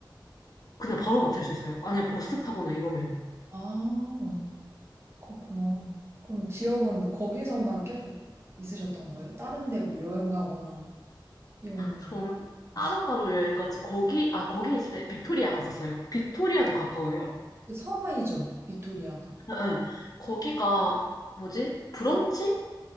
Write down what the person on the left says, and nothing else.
그냥 바로 맡을 수 있어요. 아니면 버스 타거나 이러면.
저는
따로따로 여행 갔지, 거기, 아, 거기 있을 때 빅토리아 갔었어요. 빅토리아도 가까워요.
응, 응. 거기가, 뭐지? 브런치?